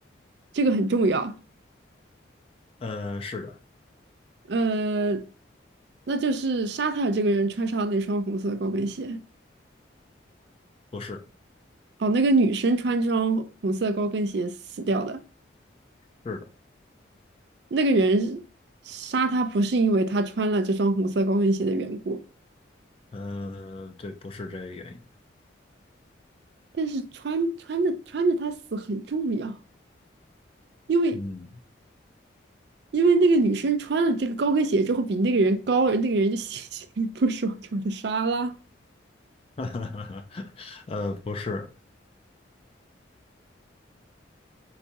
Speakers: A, on the right (about 60°); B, on the left (about 30°).
A: 这个很重要。
B: 呃，是的，
A: 呃，那就是杀他的这个人穿上那双红色高跟鞋。
B: 不是。
A: 哦，那个女生穿这双红色高跟鞋死掉的。
B: 是的。
A: 那个人杀他不是因为他穿了这双红色高跟鞋的缘故，
B: 嗯，对，不是这个原因。
A: 但是穿穿着穿着他死很重要，因为
B: 嗯，
A: 因为那个女生穿了这个高跟鞋之后比那个人高，而那个人就 <laughs> 心情不爽，就把他杀了。
B: <laughs> 呃，不是，